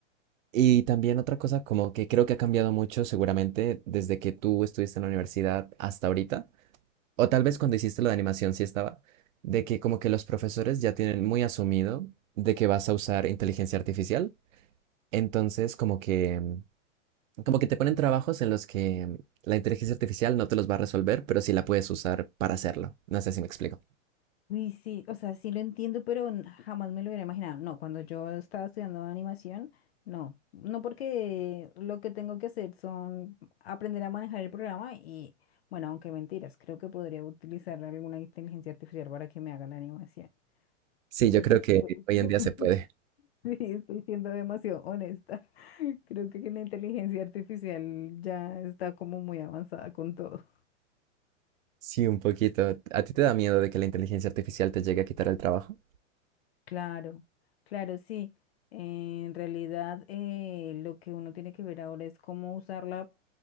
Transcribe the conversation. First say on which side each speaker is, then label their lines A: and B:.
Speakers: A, on the right (about 80°); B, on the left (about 55°).
A: Y también otra cosa como que creo que ha cambiado mucho seguramente desde que tú estuviste en la universidad hasta ahorita. O tal vez cuando hiciste lo de animación sí estaba. De que como que los profesores ya tienen muy asumido de que vas a usar inteligencia artificial. Entonces como que Como que te ponen trabajos en los que mm, la inteligencia artificial no te los va a resolver, pero sí la puedes usar para hacerlo. No sé si me explico.
B: Uy, sí, o sea, sí lo entiendo, pero n- jamás me lo hubiera imaginado. No, cuando yo estaba estudiando animación, no. No porque lo que tengo que hacer son aprender a manejar el programa y, bueno, aunque mentiras, creo que podría utilizar alguna inteligencia artificial para que me haga la animación.
A: Sí,
B: Creo
A: yo creo
B: que estoy-
A: que hoy
B: <laughs>
A: en día se puede.
B: sí, estoy siendo demasiado honesta. <laughs> Creo que la inteligencia artificial ya está como muy avanzada con todo.
A: Sí, un poquito. ¿A ti te da miedo de que la inteligencia artificial te llegue a quitar el trabajo?
B: Claro, claro, sí. Eh, En realidad, eh, lo que uno tiene que ver ahora es cómo usarla